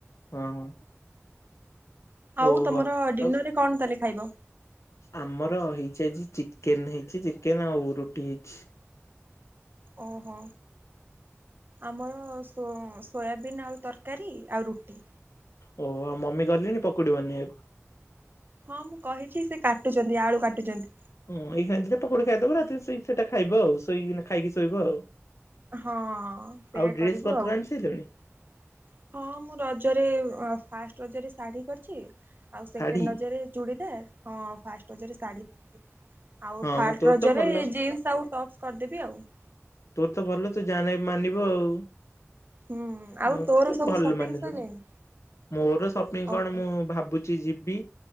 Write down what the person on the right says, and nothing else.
ଆଉ
ତମର
ଡିନରରେ କଣ ତାହେଲେ ଖାଇବ?
ଓହୋ। ଆମର ସୋ ସୋୟାବିନ୍ ଆଳୁ ତରକାରୀ ଆଉ ରୁଟି।
ହଁ ମୁଁ କହିଛି ସେ କାଟୁଛନ୍ତି ଆଳୁ କାଟୁଛନ୍ତି।
ହଁ ସେଇଆ
କରିବୁ
ଆଉ
<inaudible> ହଁ ମୁଁ ରଜରେ ଫାଷ୍ଟ ରାଜରେ ଶାଢୀ କରିଚି। ଆଉ ସେକେଣ୍ଡ
ରଜରେ ଚୁଡି ଦାର। ହଁ ଆଉ ଫାଷ୍ଟ ରଜରେ ଶାଢୀ। ଆଉ
ଥାର୍
ରଜରେ
ଜିନ୍ସ ଆଉ ଟପସ କରିଦେବି ଆଉ। <inaudible>
ହୁଁ
ଆଉ
ତୋର
ସବୁ
ସପିଙ୍ଗ
ସଇଲାଣି?
ଓହୋ